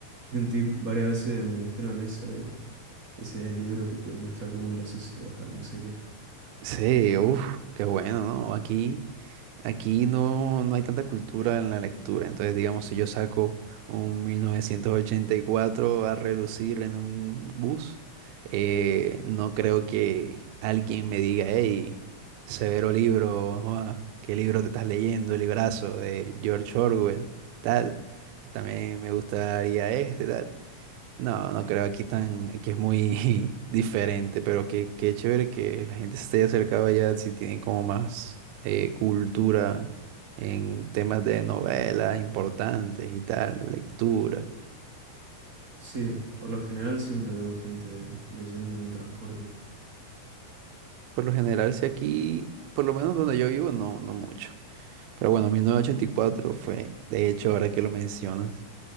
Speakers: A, on the right; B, on the right.
A: Y un tip varias veces me dijeron eso, Ese es el libro que te muestra cómo es la sociedad, no sé qué.
B: sí, uff, qué bueno, ¿no? Aquí Aquí no, no hay tanta cultura en la lectura, entonces digamos si yo saco un 1984 a relucir en un bus, eh, no creo que alguien me diga, hey, severo libro, joa, ¿qué libro te estás leyendo? El librazo de George Orwell, tal. También me gustaría este, tal. No, no creo, aquí tan, aquí es muy <laughs> diferente, pero qué, qué chévere que la gente se esté acercando allá si tienen como más eh, cultura en temas de novelas importantes y tal, lectura.
A: Sí, por lo general siempre veo gente leyendo en el transporte.
B: Por lo general, si aquí, por lo menos donde yo vivo, no, no mucho. Pero bueno, mil novecientos ochenta y cuatro fue, de hecho, ahora que lo mencionas.